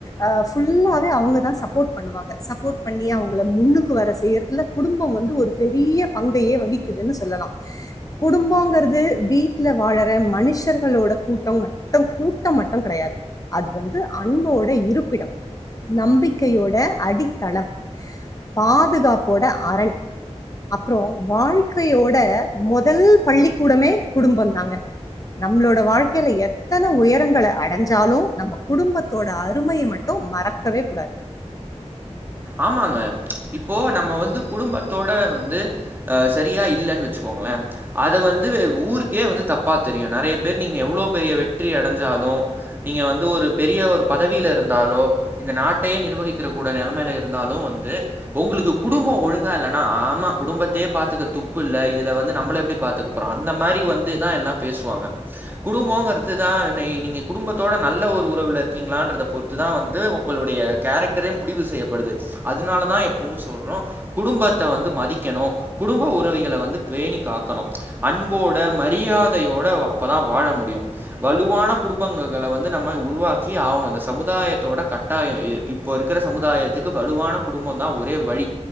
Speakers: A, on the left; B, on the right.
A: அஹ் ஃபுல்லாவே அவுங்கதா சப்போர்ட் பண்ணுவாங்க சப்போர்ட் பண்ணி அவுங்கள முன்னுக்கு வர செய்றதுல குடும்ப வந்து ஒரு பெரிய பங்கையே வகிக்குதுன்னு சொல்லலா குடும்பங்கிறது வீட்டுல வாழற மனுஷர்களோட கூட்டம் மட்டும் கூட்டம் மட்டும் கெடையாது அது வந்து அன்போட இருப்பிடம் நம்பிக்கையோட அடித்தளம் பாதுகாப்போட அரண் அப்புறோ வாழ்க்கையோட மொதல் பள்ளிக்கூடமே குடும்பந்தாங்க நம்மளோட வாழ்க்கையில எத்தனை உயரங்களை அடைஞ்சாலும் நம்ம குடும்பத்தோட அருமையை மட்டும் மறக்கவே கூடாது
B: ஆமாங்க இப்போ நம்ம வந்து குடும்பத்தோட வந்து அஹ் சரியா இல்லன்னு வச்சுக்கோங்களே அத வந்து ஊருக்கே வந்து தப்பா தெரியு நெறைய பேர் நீங்க எவ்வளோ பெரிய வெற்றி அடைஞ்சாலு நீங்க வந்து ஒரு பெரிய ஒரு பதவியில இருந்தாலோ இந்த நாட்டையே நிர்வகிக்க கூட நெலைமையில இரு இருந்தாலு வந்து உங்களுக்கு குடும்ப ஒழுங்கா இல்லன்னா ஆமா குடும்பத்தையே பாத்துக்க துப்பு இல்ல இதுல வந்து நம்மள எப்படி பாத்துக்க போறா அந்த மாரி வந்து தா எல்லா பேசுவாங்க குடும்பங்றதுதா நீ நீங்கள் குடும்பத்தோட நல்ல ஒரு உறவில் இருக்கீங்களான்றத பொறுத்துதா வந்து உங்களுடைய கேரக்டரே முடிவு செய்யப்படுது அதனாலதா எப்பவு சொல்றோ குடும்பத்தை வந்து மதிக்கணு குடும்ப உறவிகளை வந்து பேணி காக்கணு அன்போட மரியாதையோட அப்பதா வாழ முடியு வலுவான குடும்பங்கங்கள வந்து நம்ம உருவாக்கி ஆகணு அந்த சமுதாயத்தோட கட்டாய இ இப்போ இருக்கிற சமுதாயத்துக்கு வலுவான குடும்பந்தா ஒரே வழி